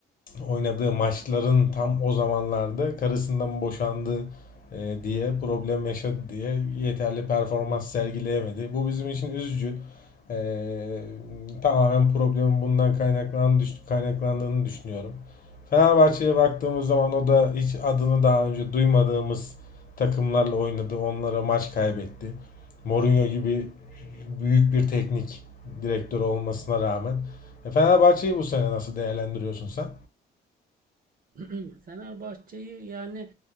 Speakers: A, on the left; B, on the right.
A: oynadığı maçların tam o zamanlarda karısından boşandı e, diye problem yaşadı diye yeterli performans sergileyemedi. Bu bizim için üzücü. E, tamamen problemin bundan kaynaklandığını, kaynaklandığını düşünüyorum. Fenerbahçe'ye baktığımız zaman o da hiç adını daha önce duymadığımız takımlarla oynadı. Onlara maç kaybetti. Mourinho gibi büyük bir teknik direktör olmasına rağmen. E, Fenerbahçe'yi bu sene nasıl değerlendiriyorsun sen?
B: <laughs> Fenerbahçe'yi yani